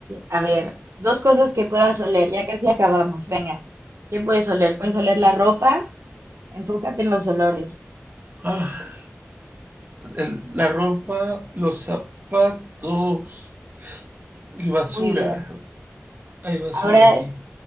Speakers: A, on the right; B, on the right.
A: a ver, dos cosas que puedas oler, ya casi acabamos, venga. ¿Qué puedes oler? Puedes oler la ropa, enfócate en los olores.
B: Ah, el- la ropa, los zapatos y basura.
A: Muy bien.
B: Hay basura
A: Ahora,
B: aquí.